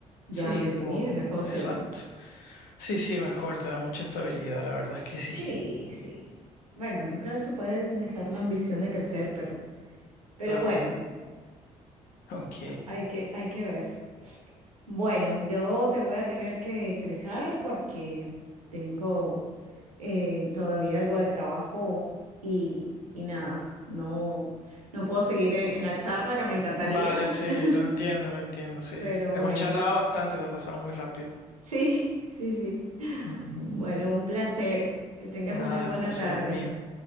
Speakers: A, on the right; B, on the left.
A: ya
B: Sí,
A: definido,
B: como,
A: una cosa.
B: exacto.
A: y-
B: Sí, sí, mejor, te da mucha estabilidad, la verdad
A: Sí,
B: es que sí,
A: sí. Bueno, nunca se puede dejar la ambición de crecer, pero, pero
B: claro.
A: bueno,
B: Ok.
A: hay que, hay que ver. Bueno, yo te voy a tener que, que dejar porque tengo eh, todavía algo de trabajo y, y nada, no, no puedo seguir en en la charla que me encantaría,
B: Vale, sí,
A: <laughs>
B: lo entiendo, lo entiendo, sí.
A: pero
B: Hemos
A: bueno,
B: charlado bastante, se ha pasado muy rápido.
A: sí, sí, sí.
B: Ujú.
A: Bueno, un placer. Que tengas
B: Nada,
A: una buena
B: el placer
A: tarde.
B: es mío.